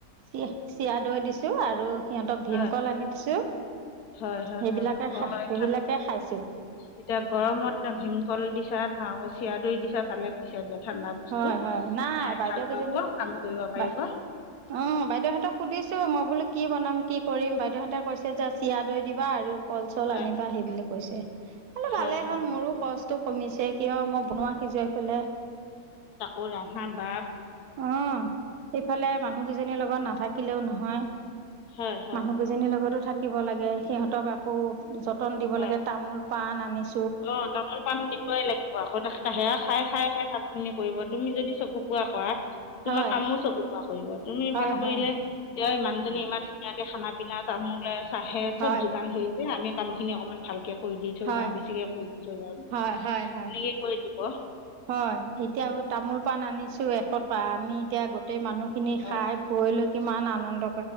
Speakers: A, on the right (about 80°); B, on the left (about 85°).
A: চি চিৰা দৈ দিছো, আৰু সিহঁতক
B: হয়
A: ভীমকল আনি দিছো।
B: হয় হয়
A: সেইবিলাকে
B: হয় অ
A: খাই
B: এ
A: সেইবিলাকে খাইছো
B: এতিয়া গৰমত ভীমকল দিছা ধওঁ গ চিৰা দৈ দিছা ভালে কৰিছা দিয়া। ঠাণ্ডা বস্তু
A: হয় হয় নাই
B: খাই
A: বাইদেউ
B: ভাল
A: কেইজনী
B: পাব কাম কৰিব পাৰিব।
A: বা অ বাইদেউ সিহতক সুধিছো। ছো মই বোলো কি বনাম কি কৰিম বাইদেউহঁতে কৈছে যে চিয়া দৈ দিবা আৰু কল চল
B: হয়,
A: আনিবা সি বুলি কৈছে। বুলু
B: হয়,
A: ভালে
B: হয়।
A: হ'ল মোৰো খৰচটো কমিছে। কিয় মই বনোৱা সিজুৱাই পেলাই,
B: অ আহা বা
A: অ ইফালে মানুহ কেইজনীৰ লগত নাথাকিলেও নহয়।
B: হয়, হয়,
A: মানুহ গোজনীৰ লগতো থাকিব লাগে সিহঁতক আকৌ যতন দিব
B: হয়।
A: লাগে তামোল পান আনিছে
B: অ তামোল পাণ দিবই লাগিব আকৌ সেয়া খাই খাই সে কাম খিনি কৰিব তুমি যদি চকু পোৱা কৰা তোমা
A: হয়
B: কামো চকু পোৱা কৰিব তুমি
A: হয়
B: ভাল কৰিলে
A: হয়
B: ইয়ই মানুহজনী ইমান ধুনীয়াকে খানা পিনা তামোলে চাহে
A: হয়
B: চব যোগান ধৰিছে আমি কাম খিনি অকমান ভালকে কৰি দি থৈ
A: হয়
B: যাম বেছিকে কৰি দি থৈ
A: হয় হয় হয়
B: তেনেকে কয়ি দিব।
A: হয় এতিয়াও তামোল পাণ আনিছোঁ এশ টকা আমি এতিয়া গোটেই মানুহখিনি
B: হয়
A: খাই বৈ লৈ কিমান আনন্দ